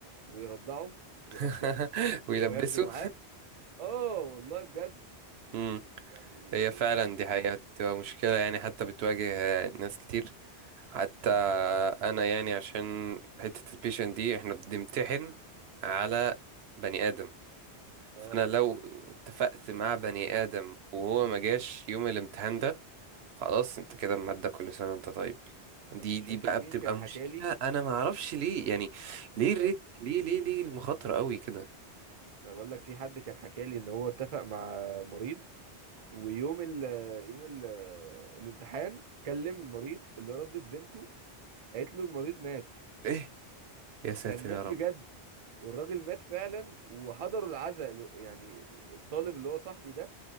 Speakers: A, on the right; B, on the right.
A: ويرضعه ويهشتكه
B: <laughs> ويلبسه
A: وياخده معاه اه والله بجد
B: <laughs> امم
A: يعني
B: هي فعلا دي حقيقة بتبقى مشكلة يعني حتى بتواجه ناس كتير حتى
A: اه
B: انا يعني عشان حتة البيشن دي احنا بنمتحن على بني ادم
A: اه
B: فانا لو اتفقت مع بني ادم وهو ما جاش يوم الامتحان ده خلاص انت كده المادة كل سنة وانت طيب دي
A: انا مش
B: دي
A: فاكر
B: بقى
A: مين
B: بتبقى
A: كان حكالي
B: مشكلة انا ما اعرفش ليه يعني ليه الريت
A: اه
B: ليه ليه ليه المخاطرة قوي كده
A: انا بقول لك في حد كان حكالي ان هو اتفق مع مريض ويوم ال يوم ال الامتحان كلم المريض اللي ردت بنته قالت له المريض مات
B: ايه يا ساتر
A: كان مات
B: يا
A: بجد
B: رب
A: والراجل مات فعلا وحضروا العزاء له- يعني الطالب اللي هو صاحبي ده